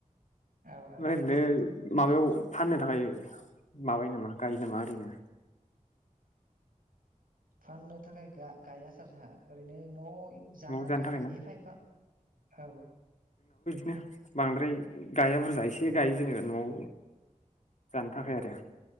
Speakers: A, on the right; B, on the left.
A: औ औ
B: ओमफ्राय ओरैनो माबायाव फाननो थाखाय माबायो नामा गायो नामा ओरैनो?
A: फाननो थाखाय गा गाया सार जाहा ओरैनो नय जानो
B: न'आव
A: आन्था
B: थाखाय ना
A: एफा एफा औ।
B: नो बांद्राय गाया बुरजा एसे गायो जेनेबा नआव जानो थाखाय आरो